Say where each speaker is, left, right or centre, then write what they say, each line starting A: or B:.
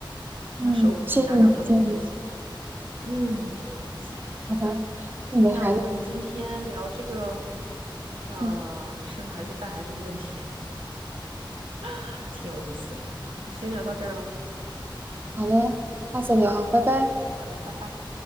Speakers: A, on the right; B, on the right.
A: 那手里拿点东西就行。
B: 嗯，谢谢你的建议。
A: 嗯，不用客气。好的，
B: 好的，祝你的孩子。
A: 那我们今天聊这个呃生孩子带孩子的问题，
B: 嗯，
A: <laughs> 挺有意思。你先聊到这儿了。
B: 好的，下次聊，
A: 嗯，
B: 拜拜。
A: 好的，拜拜。